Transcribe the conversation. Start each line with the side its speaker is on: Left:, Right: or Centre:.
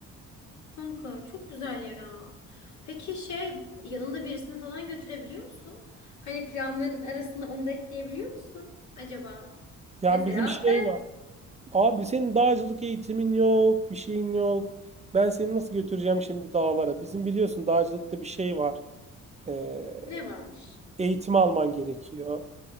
Left: Kanka çok güzel ya. Peki şey yanında birisini falan götürebiliyor musun? Hani planların arasında onu da ekleyebiliyor musun acaba?
Right: Yani
Left: Mesela
Right: bizim şey
Left: ben
Right: var. Abi senin dağcılık eğitimin yok, bir şeyin yok. Ben seni nasıl götüreceğim şimdi dağlara? Bizim biliyorsun dağcılıkta bir şey var. Ee,
Left: ne varmış?
Right: eğitim alman gerekiyor.